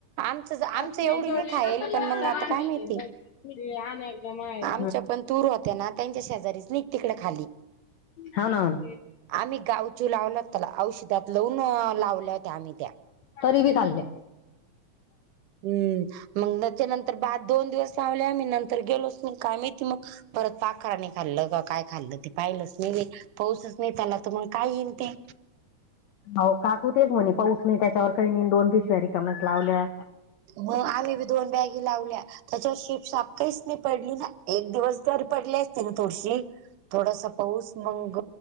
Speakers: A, on the right; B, on the left.
A: आमचं आमचं
B: हा
A: एवढी नाही खायल पण मग आता काय माहिती
B: ते अनेकदा माहेर
A: आमच्या पण तूर होत्या ना त्यांच्या शेजारीच निघ तिकडे खाली
B: हाव ना आण
A: आम्ही गावचू लावला त्याला औषधात लावून लावल्या होत्या आम्ही त्या
B: तरी बी खाले.
A: हम् मग त्याचनंतर भात दोन दिवस लावले आम्ही नंतर गेलोच नाही काय माहिती मग. परत पाखराणी खाल्लं का काय खाल्लं ते पाहिलच नाही पाऊसच नाही त्याला त मग काय येईल ते.
B: आओ काकू तेच म्हणे पाऊस नाही त्याच्यावर काही दोन पिशव्या रिकाम्याच लावल्या.
A: म आम्ही बी दोन बॅगी लावल्या. त्याच्यावर शिप सापकाहीच नाही पडली ना एक दिवस जर पडली असते ना थोडीशी थोडस पाऊस मंग